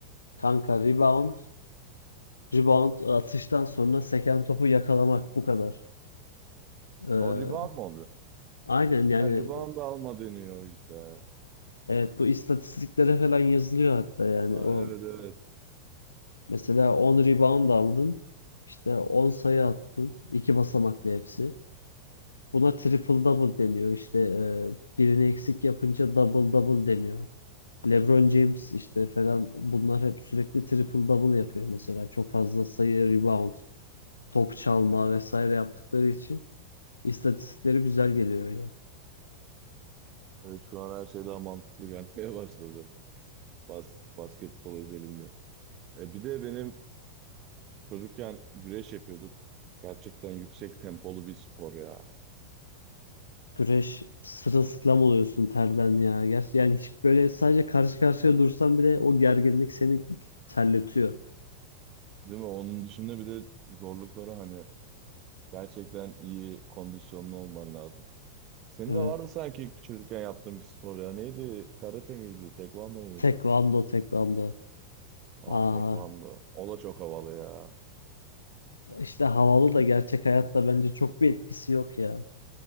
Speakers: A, on the left; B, on the right.
A: kanka rebound, rebound atıştan sonra seken topu yakalamak bu kadar. Ee,
B: O rebound mı oluyor?
A: aynen yani
B: Ha, rebound alma deniyor o yüzden.
A: Evet bu istatistiklere falan yazılıyor hatta yani
B: Ha,
A: o
B: evet evet.
A: mesela 10 rebound aldın işte 10 sayı attın iki basamaklı hepsi. Buna triple double deniyor işte e, birini eksik yapınca double double deniyor. LeBron James işte falan bunlar hep sürekli triple double yapıyor mesela çok fazla sayı rebound top çalma vesaire yaptıkları için istatistikleri güzel geliyor
B: Evet şu an her şey daha mantıklı gelmeye <laughs> başladı. Bas, basketbol özelinde. E, bir de benim çocukken güreş yapıyorduk. Gerçekten yüksek tempolu bir spor ya.
A: Güreş sırılsıklam oluyorsun terden ya. Gerçi yani hiç böyle sadece karşı karşıya dursan bile o gerginlik seni terletiyor.
B: Değil mi? Onun dışında bir de zorlukları hani gerçekten iyi kondisyonlu olman lazım. Senin
A: Evet.
B: de vardı sanki çocukken yaptığın bir spor ya. Neydi? Karate miydi? Tekvando muydu?
A: Tekvando, tekvando.
B: Aa
A: Aa,
B: tekvando. O da çok havalı ya.
A: işte havalı
B: Ama-
A: da gerçek hayatta bence çok bir etkisi yok ya.